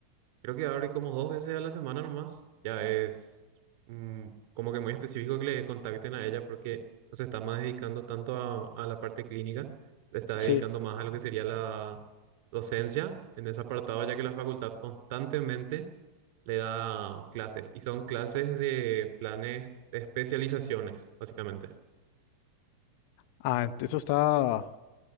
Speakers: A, on the right (about 45°); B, on the left (about 45°).
A: creo que abre como dos veces a la semana nomás. Ya es mm, como que muy específico que le contacten a ella porque no se está más dedicando tanto a, a la parte clínica, le está dedicando
B: Sí.
A: más a lo que sería la docencia en ese apartado, ya que la facultad constantemente le da clases y son clases de planes de especializaciones, básicamente.
B: Ah, ent- eso está.